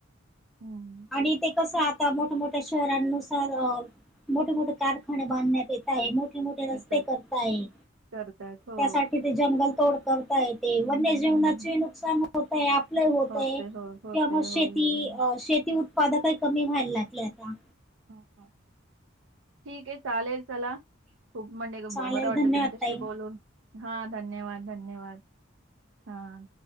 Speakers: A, on the right; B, in the centre.
A: हम्म तेच
B: आणि ते कसं आता मोठ्या मोठ्या शहरांनुसार
A: हम्म,
B: मोठ मोठे कारखाने बांधण्यात येत मोठे मोठे
A: येतच
B: रस्ते करता हे
A: करतायत हो
B: त्यासाठी ते जंगल तोड करता हे ते
A: हम्म,
B: वन्य
A: हम्म,
B: जीवनाचे
A: हम्म.
B: नुकसान होतय आपलं होत
A: होते
B: हे
A: हो होते
B: त्यामुळ शेती
A: हो हो हो.
B: अ शे उत्पादकही कमी व्हायला लागले आता.
A: हा हा ठीक हे चालेल चला खूप म्हणजे बरं
B: चालेल
A: वाटलं
B: धन्यवाद
A: तुमच्याशी
B: ताई
A: बोलून. हा. धन्यवाद! धन्यवाद! हा.